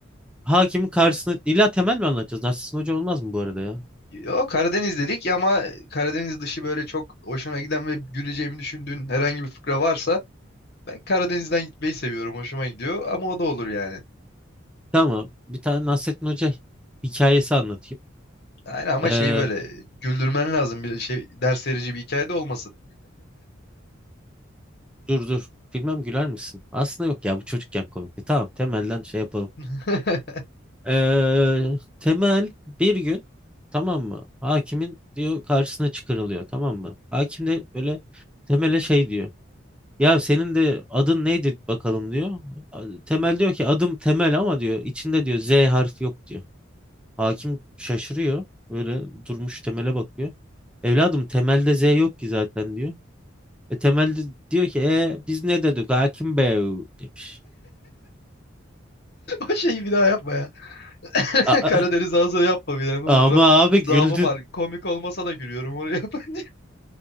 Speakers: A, in the centre; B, on the left.
A: hakimin karşısına illa Temel mi anlatacağız? Nasrettin Hoca olmaz mı bu arada ya?
B: O Karadeniz dedik ya, ama Karadeniz dışı böyle çok hoşuna giden ve güleceğimi düşündüğün herhangi bir fıkra varsa ben Karadeniz'den gitmeyi seviyorum. Hoşuma gidiyor ama o da olur yani.
A: Tamam bir tane Nasrettin Hoca hikayesi anlatayım.
B: Aynen ama
A: Ee,
B: şey böyle güldürmen lazım bir şey ders verici bir hikaye de olmasın.
A: dur dur. Bilmem güler misin? Aslında yok ya bu çocukken komikti. Tamam temelden şey yapalım.
B: <laughs>
A: Ee, temel bir gün tamam mı? Hakimin diyor karşısına çıkarılıyor tamam mı? Hakim de böyle temele şey diyor. Ya senin de adın neydi bakalım diyor. A- Temel diyor ki adım Temel ama diyor içinde diyor Z harfi yok diyor. Hakim şaşırıyor. Böyle durmuş temele bakıyor. Evladım temelde Z yok ki zaten diyor. E temelde diyor ki e, biz ne dedik hakim bey demiş.
B: O şeyi bir daha yapma ya. <laughs>
A: A-
B: Karadeniz
A: a-
B: ağzına yapma bir
A: <laughs>
B: daha ne olur
A: ama
B: ona.
A: abi güldü.
B: Zaafım var. Komik olmasa da gülüyorum onu yapınca.